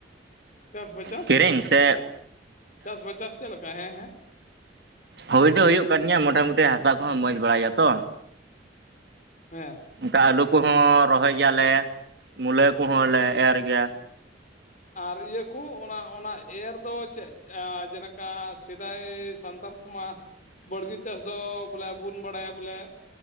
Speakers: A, on the left (about 45°); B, on the right (about 60°).
A: ᱪᱟᱥ <inaudible>
B: ᱠᱤᱨᱤᱧ ᱥᱮ
A: ᱪᱟᱥ <inaudible> ᱪᱟᱥ <inaudible> ᱪᱮᱫ ᱞᱮᱠᱟ ᱦᱮᱸ ᱦᱮᱸ?
B: ᱦᱩᱭ ᱫᱚ ᱦᱩᱭᱩᱜ ᱠᱟᱱ ᱜᱤᱭᱟ ᱢᱚᱴᱟᱢᱩᱴᱤ ᱦᱟᱥᱟ ᱠᱚᱦᱚᱸ ᱢᱚᱸᱡᱽ ᱵᱟᱲᱟ ᱜᱮᱭᱟ ᱛᱚ
A: ᱦᱮᱸ-
B: ᱫᱟᱜ ᱟᱹᱞᱩ ᱠᱚᱸᱦᱚ ᱨᱚᱦᱚᱭ ᱜᱮᱭᱟ ᱞᱮ ᱢᱩᱞᱟᱹ ᱠᱚᱦᱚᱸ ᱞᱮ ᱮᱨ ᱜᱮᱭᱟ
A: ᱟᱨ ᱤᱭᱟᱹ ᱠᱩ ᱚᱱᱟ ᱚᱱᱟ ᱮᱨ ᱫᱚ ᱪᱮᱫ ᱡᱮᱱᱮᱠᱟ ᱥᱮᱫᱟᱭ ᱥᱟᱱᱛᱟᱞ <inaudible> ᱵᱟᱲᱹᱜᱤ ᱪᱟᱥ ᱫᱚ ᱵᱚᱞᱮ ᱟᱵᱩ ᱵᱩᱱ ᱵᱟᱲᱟᱭᱟ ᱵᱚᱞᱮ